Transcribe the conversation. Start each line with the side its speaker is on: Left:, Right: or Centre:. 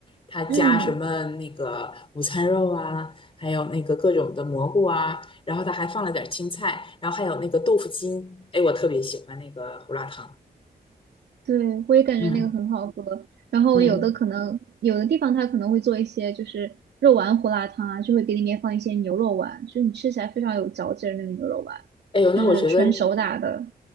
Left: 它加什么那个午餐肉啊，
Right: 嗯，
Left: 还有那个各种的蘑菇啊，然后它还放了点儿青菜，然后还有那个豆腐筋，哎，我特别喜欢那个胡辣汤，
Right: 对，我也感觉那个很好喝。
Left: 嗯
Right: 然后有的可能，
Left: 嗯，
Right: 有的地方它可能会做一些就是肉丸胡辣汤啊，就会给里面放一些牛肉丸，就是你吃起来非常有嚼劲儿那个牛肉丸，
Left: 哎呦，那我觉得，
Right: 就是纯手打的。